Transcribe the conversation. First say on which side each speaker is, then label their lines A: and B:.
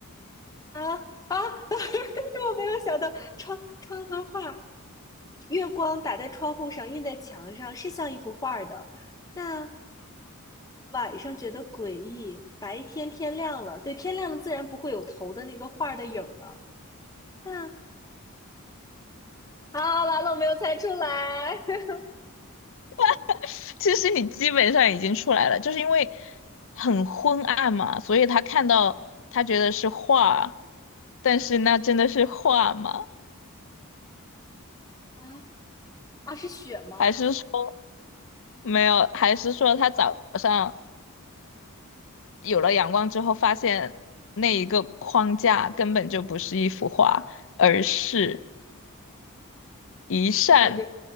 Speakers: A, on the left; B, on the left.
A: 啊啊，<laughs> 但是我没有想到窗窗和画月光打在窗户上，映在墙上，是像一幅画儿的。那晚上觉得诡异，白天天亮了，对，天亮了自然不会有头的那个画儿的影了。那啊，完了，我没有猜出来。<laughs>
B: <laughs> 其实你基本上已经出来了，就是因为很昏暗嘛，所以他看到他觉得是画，但是那真的是画吗？
A: 啊啊，是雪吗？
B: 还是说没有？还是说他早上有了阳光之后，发现那一个框架根本就不是一幅画，而是一扇
A: 我感觉